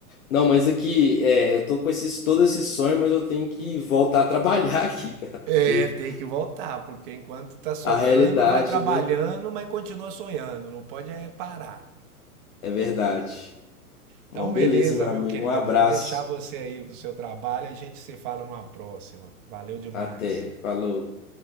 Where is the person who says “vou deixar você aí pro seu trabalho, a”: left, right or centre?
Right